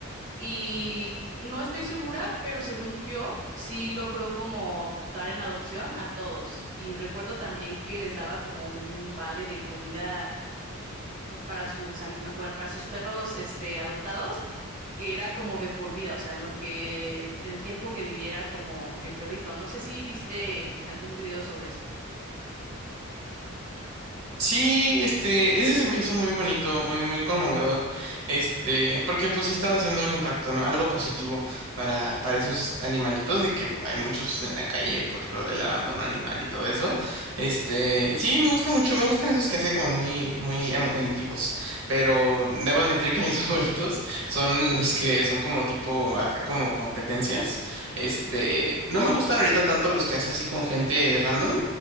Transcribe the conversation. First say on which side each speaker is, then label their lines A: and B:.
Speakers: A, on the right; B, on the right.
A: y no estoy segura, pero según yo, sí logró como dar en adopción a todos. Y recuerdo también que les daba como un vale de comida para sus anima bueno, para sus perros este, adoptados. que era como de por vida, o sea, en lo que, en el tiempo que viviera como el perrito. No sé si viste algún video sobre eso.
B: Sí, este, ese se me hizo muy bonito, muy, muy conmovedor, este, porque pues sí estaba haciendo un impacto, ¿no? Algo positivo para, para esos animalitos, de que hay muchos en la calle por lo del abandono animal y todo eso. Este, sí, me gusta mucho, me gustan esos que hace como muy, muy emo- emotivos, pero debo admitir que mis <laughs> favoritos son los que son como tipo, acá como competencias. Este, no me gustan ahorita tanto los que hace así con gente random